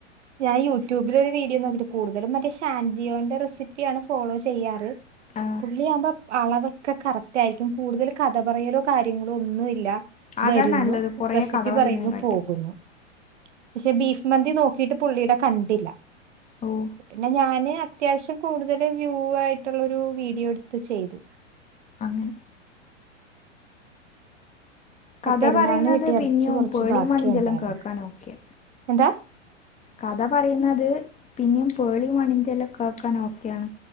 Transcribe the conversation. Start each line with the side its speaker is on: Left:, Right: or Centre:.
Right: ഞാൻ യൂട്യൂബിൽ ഒരു വീഡിയോ നോക്കിട്ട് കൂടുതലും മറ്റേ ഷാൻജിയോന്റെ റെസിപ്പിയാണ് ഫോളോ ചെയ്യാറ്.
Left: ആ,
Right: പുള്ളിയാവുമ്പ അളവൊക്കെ കറക്റ്റായി രിക്കും. കൂടുതല് കഥ പറയലോ കാര്യങ്ങളോ ഒന്നുമില്ല.
Left: അതാ
Right: വരുന്നു,
Left: നല്ലത് കുറേ
Right: റെസിപ്പി
Left: കഥ പറയുന്നതിനെ
Right: പറയുന്നു,
Left: കാട്ടി
Right: പോകുന്നു. പക്ഷെ ബീഫ് മന്തി നോക്കിയിട്ട് പുള്ളിടെ കണ്ടില്ല.
Left: ഓഹ്
Right: പിന്നെ ഞാന് അത്യാവശ്യം കൂടുതൽ വ്യൂ ആയിട്ടുള്ള ഒരു വീഡിയോ എടുത്ത് ചെയ്തു.
Left: അങ്ങനെ കഥ
Right: പെരുന്നാളിന്
Left: പറയുന്നത്
Right: കിട്ടിയ
Left: പിന്നെയും
Right: ഇറച്ചി കുറച്ച്
Left: പേളി
Right: ബാക്കി
Left: മണിൻ്റെയൊക്കെ
Right: ഉണ്ടായിരുന്നു
Left: കേക്കാൻ ഓക്കെ
Right: എന്താ?
Left: കഥ പറയുന്നത് പിന്നിം പേളി മണിന്റെ എല്ലം കേക്കാൻ ഓക്കെയാണ്